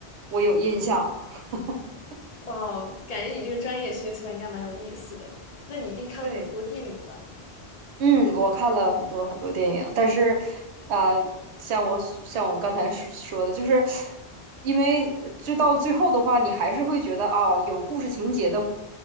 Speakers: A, on the right; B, on the left.
A: 我有印象。<laughs>
B: 哇哦感觉你这个专业学起来应该蛮有意思的。那你一定看了很多电影吧？
A: 对，嗯，我看了很多很多电影，但是，啊、像我像我刚才说说的，就是因为就到最后的话，你还是会觉得啊、有故事情节的